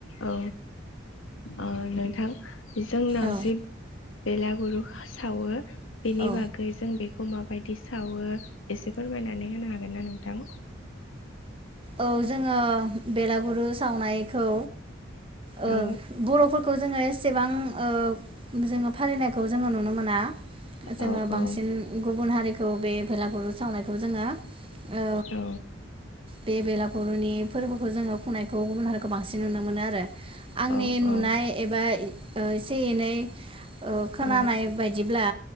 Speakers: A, on the left; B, on the right.
A: औ ओ नो थां जोंनाव
B: औ
A: जिब बेलागुरु सावो। बेनि
B: औ
A: बागै जों बे खौ माबायदि सावो एसे फोरमायनानै होनो हागोन ना नोंथां?
B: औ जोङो बेलागुरु सावनायखौ ओ
A: औ
B: बर'फोरखौ जोङो ए सेबां ओ जोङो फालिनायखौ जोङो नुनो मोना जोङो
A: औ
B: बांसिन
A: औ
B: गुबुन हारि खौ बे भेलागुरु सावनायखौ जोङो ओ
A: औ
B: बे बेलागुरुनि फोरबोखौ जोङो खुंनायखौ गुबुन हारिखौ बांसिन नुनो मोनो आरो। आंनि
A: औ
B: नुनाय
A: औ
B: एबा ओ एसे एनै ओ खोनानाय
A: औ
B: बायदिब्ला